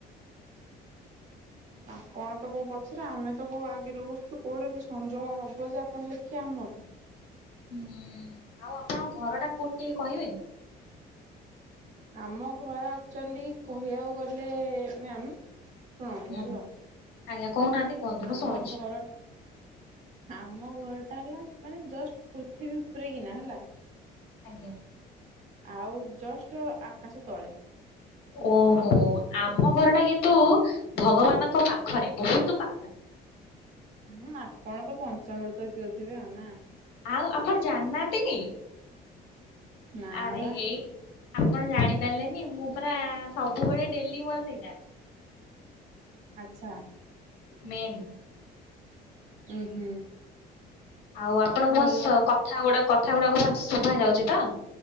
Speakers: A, on the right; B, on the left.
A: ଆପଣ ତ କୋଉ ପଛରେ ଆମେ ତ କୋଉ ଆଗରେ ବସଚୁ କୋଉଠି କି ସଂଯୋଗ ହବ ଯେ ଆପଣ ଲେଖିବେ ଆମଠୁ।
B: ହୁଁଉଁ ଆଉ ଆପଣଙ୍କ ଘର ଟା କୋଉଟି ଟିକେ କହିବେ?
A: ଆମ ଘର ଆକଚୁଅଲି କହିଆକୁ ଗଲେ ମ୍ୟାମ୍। ଶୁଣନ୍ତୁ
B: ହୁଁ
A: ହ୍ୟାଲୋ
B: ଆଜ୍ଞା କୋହୁନାହାନ୍ତି କୁହନ୍ତୁ ମୁଁ
A: ଆମ
B: ଶୁଣୁଚି।
A: ଘର ଆମ ଘରଟା ହେଲା ମାନେ ଜଷ୍ଟ ପୃଥିବୀ ଉପରେ କିନା ହେଲା।
B: ଆଜ୍ଞା।
A: ଆଉ ଜଷ୍ଟ ଆକାଶ ତଳେ।
B: ଓହୋ ଆ ଆମ ଘରଟା କିନ୍ତୁ ଭଗବାନ ଙ୍କ ପାଖରେ ବୋହୁତୁ ପାଖରେ।
A: ହୁଁ ଆପଣ ତ ପଞ୍ଚାମୃତରେ ପିଉଥିବେ ଆଉ ନା?
B: ଆଉ ଆପଣ ଜାଣନାଆନ୍ତି କି?
A: ନାଆ
B: ଆରେ
A: ବା।
B: ହେଇ ଆପଣ ଜାଣିପାରିଲେନି ମୁଁ ପରା ସବୁବେଳେ ଡେଲି ମୋର ସେଇଟା।
A: ଆଚ୍ଛା।
B: ମେନ୍।
A: ଉଁ ହୁଁ।
B: ଆଉ ଆପଣଙ୍କୁ
A: ଭଲ
B: ମୋ ସହ କଥା ଗୁଡା କ କଥାଗୁଡାକ ଭଲସେ ଶୁଭାଯାଉଚି ତ?